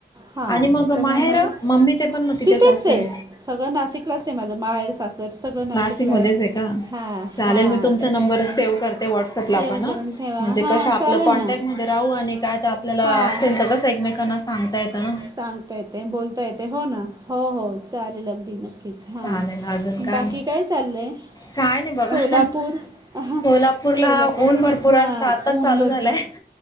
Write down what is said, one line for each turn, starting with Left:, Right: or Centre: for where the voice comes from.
Right: हा,
Left: आणि मग
Right: <inaudible> त्याच्यामुळे
Left: माहेर
Right: मग बाहेरच,
Left: मम्मी ते पण तिथेच
Right: तिथेचय.
Left: असेल
Right: सगळं नासिकलाचय माझं. माहेर सास त सगळं नासिकलाय.
Left: नाशिकमध्येच आहे का
Right: हा
Left: चालेल
Right: हा.
Left: मी तुमचा
Right: <inaudible> त्यांचा नंबर, त्याच्यामुळे
Left: सेव्ह करते व्हॉट्सअपला
Right: सेव
Left: पण हं
Right: करून ठेवा,
Left: म्हणजे
Right: हा
Left: कसं आपलं
Right: चालेल
Left: कॉन्टॅक्टमध्ये
Right: ना, <inaudible> कॉन्टॅक्ट
Left: राहू आणि काय तर आपल्याला
Right: हां, आ <inaudible> असेल
Left: कसं एकमेकांना
Right: तर कसंय
Left: सांगता येतं ना?
Right: सांगता येतंय, बोलता येतंय, हो ना, हो हो, चालेल अगदी नक् कीच, हा,
Left: चालेल अजून
Right: बाकी
Left: मग
Right: काय चाललंय?
Left: काय नाही बघा
Right: सोलापूर अहां.
Left: सोलापूरला
Right: सोलापूर
Left: ऊन भरपूर
Right: हा
Left: असतं आताच
Right: <inaudible> ऊन
Left: चालू
Right: भरपूर,
Left: झालंय